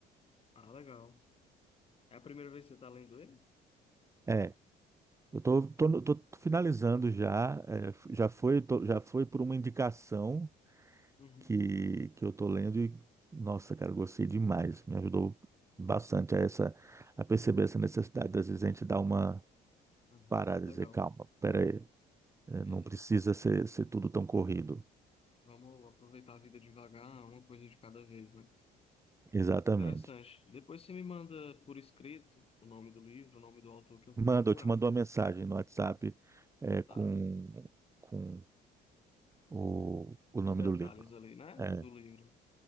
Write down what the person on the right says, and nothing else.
É, eu tô, tô, no- tô finalizando já, é, f- já foi, tô- já foi por uma indicação
que, que eu tô lendo e, nossa, cara, eu gostei demais. Me ajudou bastante a essa, a perceber essa necessidade, às vezes a gente dar uma
parada
e dizer, calma, peraí, é,
não precisa ser, ser tudo tão corrido.
Exatamente.
Manda,
eu te mando uma mensagem no WhatsApp é, com,
com o, o
nome
do livro.
É.